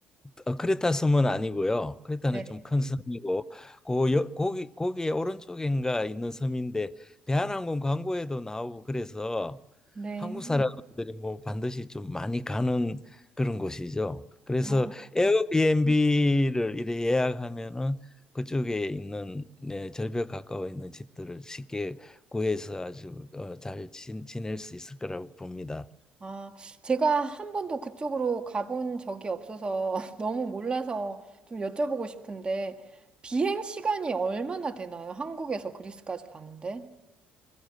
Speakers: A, on the left (about 15°); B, on the right (about 25°).
A: 어, 크레타 섬은 아니고요. 크레타는
B: 네.
A: 좀 큰 음. 섬이고 고 여- 거기 거기에 오른쪽인가 있는 섬인데 대한항공 광고에도 나오고 그래서
B: 네.
A: 한국 음. 사람들이 뭐 반드시 좀 많이 가는 그런 곳이죠. 그래서
B: 아.
A: 에어비앤비를 이래 예약하면은 그쪽에 있는 네, 절벽 가까워 있는 집들을 쉽게 구해서 아주 어, 잘 지, 지낼 수 있을 거라고 봅니다.
B: 아, 제가 한 번도 그쪽으로 가본 적이 없어서 <laughs> 너무 몰라서 좀 여쭤보고 싶은데, 비행 시간이 얼마나 되나요? 한국에서 그리스까지 가는데?